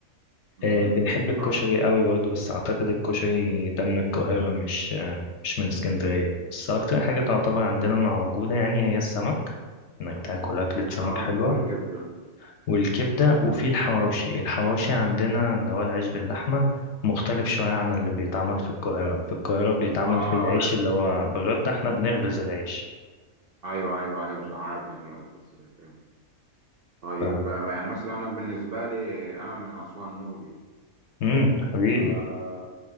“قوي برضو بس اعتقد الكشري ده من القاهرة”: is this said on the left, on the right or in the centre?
Left